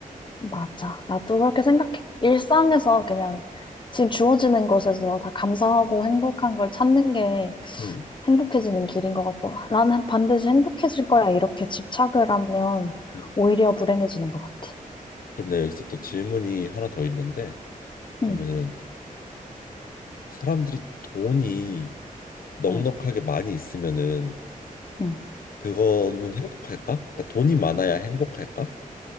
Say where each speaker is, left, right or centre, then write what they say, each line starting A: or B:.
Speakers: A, on the left (about 35°); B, on the left (about 80°).
A: 맞아. 나도 그렇게 생각해. 일상에서 그냥 지금 주어지는 것에서 다 감사하고 행복한 걸 찾는 게
B: 음,
A: 행복해지는 길인 것 같고, 나는 반드시 행복해질 거야. 이렇게 집착을 하면
B: 음.
A: 오히려 불행해지는 것 같아.
B: 그럼 내가 여기서 또 질문이 하나 더 있는데 그러면은
A: 응,
B: 사람들이 돈이 넉넉하게
A: 응,
B: 많이 있으면은
A: 응.
B: 그거는 행복할까? 그러니까 돈이 많아야 행복할까?